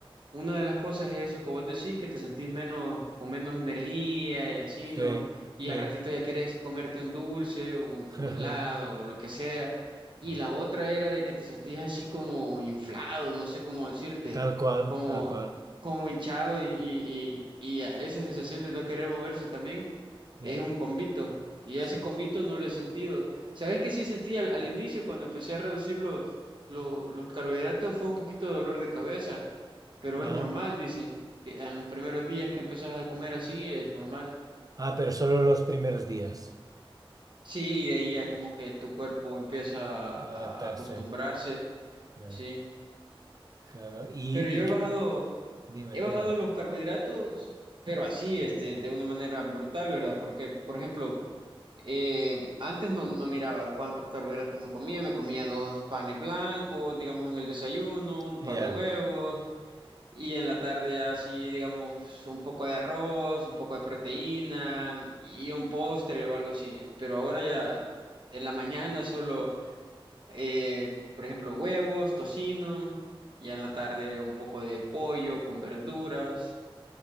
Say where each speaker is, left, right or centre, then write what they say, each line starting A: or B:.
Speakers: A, on the right; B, on the right.
A: Una de las cosas es eso que vos decís, que te sentís menos, con menos energía y así,
B: Sí,
A: ¿no? Y
B: sí.
A: al ratito ya querés comerte un dulce, un
B: <laughs>
A: tu helado, o lo que sea. Y
B: Mm.
A: la otra era de que te sentís así como inflado, no sé cómo decirte,
B: Tal cual,
A: como,
B: tal cual.
A: como hinchado y, y, y, y a esa sensación de no querer moverse también
B: Eh,
A: es un convito y
B: sí.
A: ese convito no lo he sentido. ¿Sabes qué sí sentí al, al inicio cuando empecé a reducir los, lo- los carbohidratos? Fue un poquito de dolor de cabeza, pero
B: Ah,
A: es normal, dicen, que en los primeros días que empezás a comer así es normal.
B: ah, pero solo los primeros días.
A: Sí, y de ahí ya como que tu cuerpo empieza a,
B: Adaptarse.
A: a acostumbrarse,
B: Eh.
A: sí.
B: Claro, y,
A: Pero yo he
B: y-
A: bajado,
B: dime,
A: he bajado
B: dime.
A: los carbohidratos, pero así, este, de una manera brutal, ¿verdad? Porque, por ejemplo, Eh, antes no, no miraba cuántos carbohidratos me comía, me comía dos panes blancos, digamos en el desayuno, un par
B: Ya,
A: de huevos y en la tarde ya así, digamos, un poco de arroz, un poco de proteína y un postre o algo así. Pero ahora ya en la mañana solo, eh, por ejemplo, huevos, tocino, y en la tarde un poco de pollo con verduras